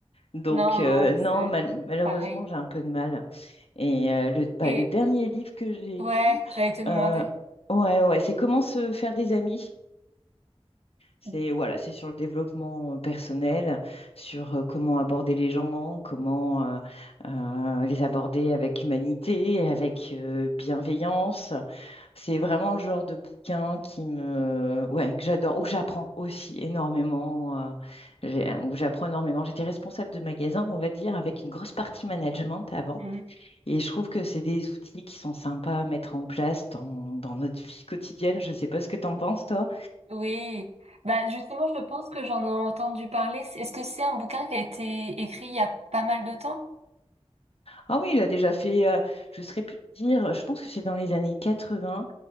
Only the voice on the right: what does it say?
Non,
non,
c'est
pareil.
Et
ouais,
j'allais te demander.
Mm.
Mhm.
Oui, bah justement, je pense que j'en ai entendu parler. C'est- Est-ce que c'est un bouquin qui a été écrit il y a pas mal de temps?